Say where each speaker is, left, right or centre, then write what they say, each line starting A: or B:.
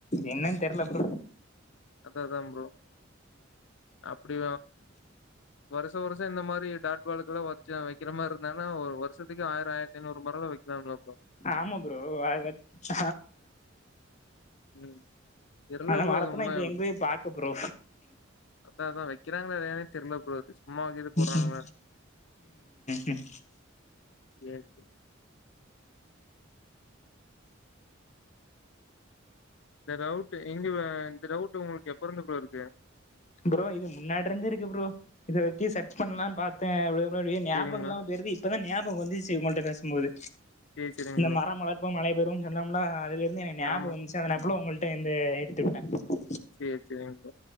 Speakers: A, on the left (about 35°); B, on the left (about 65°).
A: என்ன தெர்ல ஃப்ரோ
B: அத அதா ஃப்ரோ அப்டி வரும் வருஷ இந்த மாறி டாட் பாலுக்கல்லா வச்ச வைக்கிற மாறி இருந்தானா வருசத்துக்கு ஆயிர ஆயிரத்திநூறு ‌மரலா வைக்கலாம்னு அப்புற
A: ஆமா ப்ரோ அது வெச்
B: ம் தெர்ல
A: அத
B: ப்ரோ
A: மரத்தல்ல
B: அது உண்ம
A: இப்ப எங்க போய் பாக்க ப்ரோ
B: அதா அதா வைக்கிறாங்களா இல்லையானு தெர்ல ப்ரோ சும்மா கீது
A: ம்
B: போட்றானுங்களா
A: ம்
B: சரி சரி இந்த ரவுட் எங்க இந்த ரவுட் உங்களுக்கு எப்பருந்து ப்ரோ‌இருக்கு
A: ப்ரோ இது முன்னாடி இருந்தே இருக்கு ப்ரோ இத பத்தி சர்ச் பண்ணலா பாத்த ஞாபகம்
B: சரிங்க
A: போயிருது இப்பதா ஞாபகம் வந்து உங்கள்கிட்ட பேசும்போது
B: ப்ரோ சரி சரிங்க
A: இந்த
B: ப்ரோ
A: மரம் வளர்ப்போ மழை பெறும் சொன்னோம்னா அதுலருந்து எனக்கு ஞாபம்
B: ஆமா
A: வந்துச் அதனப்புல உங்கள்ட வந்து எடுத்துக்கிட்டே
B: சரி சரிங் ப்ரோ